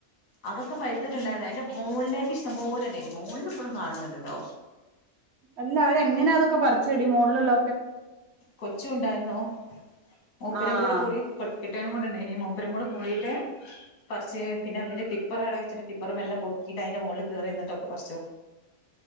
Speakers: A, on the left (about 80°); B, on the right (about 60°).
A: അതൊക്കെ പഴ്ത്തിട്ട്ണ്ടായിര്ന്ന് അതിന്റെ മുകളിലേക്ക് ഇഷ്ടം പോലെ ഇണ്ടേനി മുകളിൽ ഇപ്പോഴും കാണുന്നുണ്ട് ട്ടോ
B: അല്ല അവരെങ്ങനെയാ അതൊക്കെ പറിചെടി മുകളില്
A: കൊച്ചുണ്ടായിരുന്നു <unintelligible>
B: ആഹ്
A: കൂടെ പട്ട് കെട്ടിയോനും കൂടെ ഇണ്ടായിനി മൂപ്പരും കൂടെ പോയിട്ട് പർച്ച്.. പിന്നെ വല് ടിപ്പറാടെ വെച്ചിട്ട് ടിപ്പറ് മെല്ലെ പൊക്കിട്ട് അയ്ന്റെ മോൾള് കേറി നിന്നിട്ടൊക്കെപർച്ചു